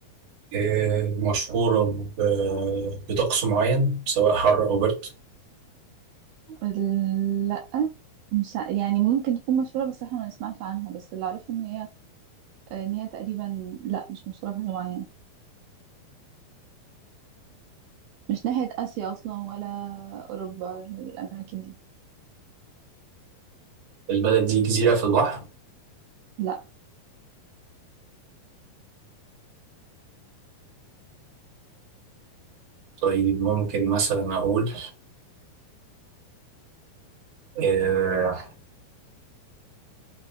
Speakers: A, on the right (about 50°); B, on the right (about 80°).
A: آه مشهورة ب- بطقس معين سواء حر أو برد
B: ال- لا مش ع- يعني ممكن تكون مشهورة بس احنا ما نسمعش عنها بس اللي أعرفه إن هي آه، إن هي تقريبا لا مش مشهورة بحاجة معينة مش ناحية آسيا أصلا ولا أوروبا الأماكن دي
A: البلد دي جزيرة في البحر
B: لا
A: طيب ممكن مثلا أقول آه،